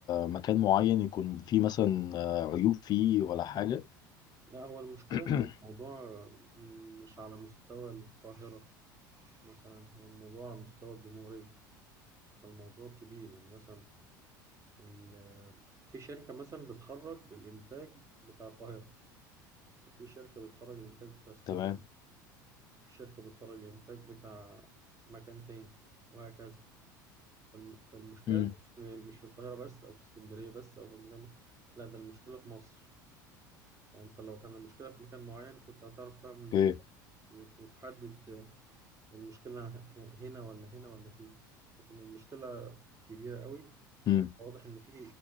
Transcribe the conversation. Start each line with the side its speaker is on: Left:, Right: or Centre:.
Left: مكان معين يكون فيه مثلا آه، عيوب فيه ولا حاجه
Right: لا هو المشكلة
Left: <clears throat>
Right: إن الموضوع مش على مستوى القاهرة مثلا هو الموضوع على مستوى الجمهورية فالموضوع كبير يعني مثلا ال- في شركة مثلا بتخرج الإنتاج بتاع القاهرة وفي شركة بتخرج الإنتاج بتاع اسكندرية
Left: تمام
Right: وفي شركة بتخرج الإنتاج بتاع مكان تاني وهكذا فالم- فالمشكلة
Left: مم.
Right: مش مش في القاهرة بس أو في اسكندرية بس أو في المكان بس. لا ده المشكلة في مصر فأنت لو كان المشكلة في مكان معين كنت هتعرف تعمل استاد
Left: اوكي
Right: وت- وتحدد المشكلة ه- هنا ولا هنا ولا فين لكن المشكلة كبيرة قوي
Left: امم
Right: واضح إن في